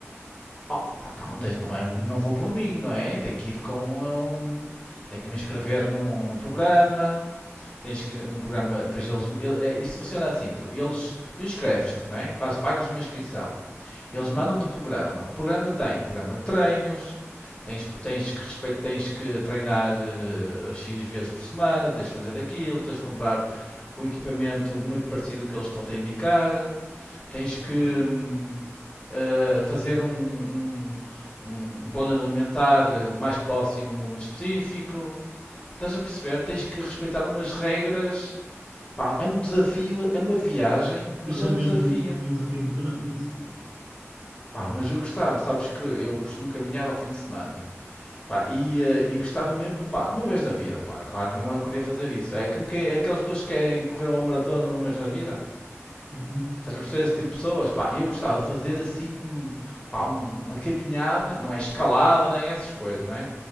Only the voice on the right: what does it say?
Uhum,
ok.
Mas
é
mesmo
um desafio muito grande isso, mano.
Uhum,